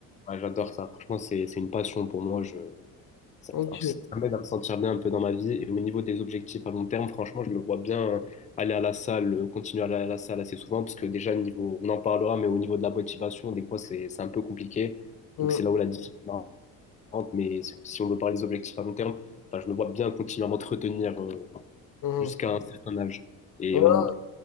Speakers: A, on the left; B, on the left.
A: Ouais, j'adore ça. Franchement, c'est, c'est une passion pour moi. Je, ça,
B: Ok.
A: enfin, ça m'aide à me sentir bien un peu dans ma vie. Et au niveau des objectifs à long terme, franchement, je me vois bien aller à la salle, euh, continuer à aller à la salle assez souvent, parce que déjà, au niveau, on en parlera, mais au niveau de la motivation, des fois, c'est, c'est un peu compliqué.
B: Mhm,
A: Donc, c'est là où la discipline rentre. Mais si on veut parler des objectifs à long terme, enfin, je me vois bien continuer à m'entretenir. euh,
B: mhm.
A: jusqu'à un certain âge. Et
B: Ouais,
A: on ne